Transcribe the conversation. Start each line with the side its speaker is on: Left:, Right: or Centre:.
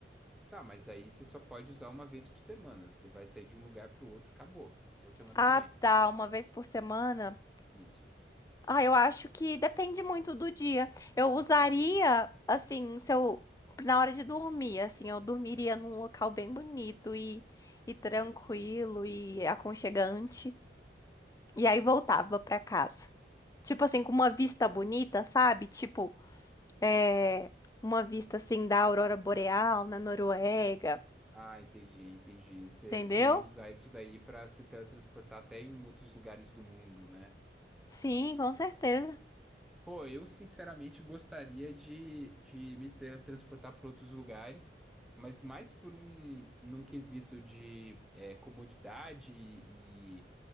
Centre: Tá, mas aí você só pode usar uma vez por semana. Você vai sair de um lugar pro outro, acabou. Só semana
Left: Ah,
Centre: que vem.
Left: tá. Uma vez por semana.
Centre: Isso.
Left: Ah, eu acho que depende muito do dia. Eu usaria, assim, se eu, na hora de dormir, assim, eu dormiria num local bem bonito e, e tranquilo e aconchegante. E aí voltava pra casa. Tipo assim, com uma vista bonita, sabe? Tipo, é, uma vista assim da aurora boreal na Noruega,
Centre: Ah, entendi, entendi. Você
Left: entendeu?
Centre: ia usar isso daí pra se teletransportar até em outros lugares do mundo, né?
Left: Sim, com certeza.
Centre: Pô, eu sinceramente gostaria de, de me teletransportar para outros lugares, mas mais por um num quesito de é, comodidade e,